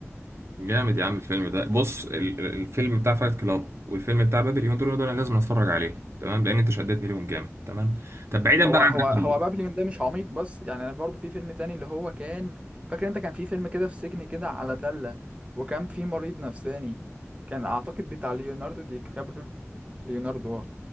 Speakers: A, on the right; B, on the right.
A: جامد يا عم الفيلم ده بص ال- ال- الفيلم بتاع فايت كلاب والفيلم بتاع بابليون دول دول انا لازم اتفرج عليهم تمام لان انت شدتني ليهم جامد تمام طب بعيدا
B: هو
A: بقى
B: هو
A: عن ده
B: هو
A: كله
B: بابليون ده مش عميق بس يعني انا برضه في فيلم تاني اللي هو كان فاكر انت كان في فيلم كده في سجن كده على تله وكان في مريض نفساني كان اعتقد بتاع ليوناردو دي كابريو ليوناردو اه